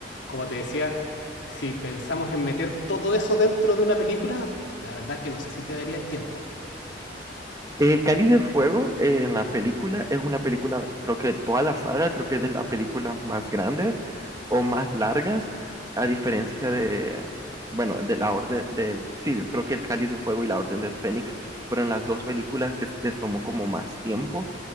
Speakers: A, on the left (about 80°); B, on the right (about 20°).
A: como te decía, si pensamos en meter todo eso dentro de una película, la verdad que no sé si te daría el tiempo.
B: El Cáliz de Fuego eh, en la película es una película, creo que de toda la saga, creo que es de las películas más grandes o más largas, a diferencia de, bueno, de la Orden del, sí, creo que el Cáliz de Fuego y la Orden del Fénix fueron las dos películas que les tomó como más tiempo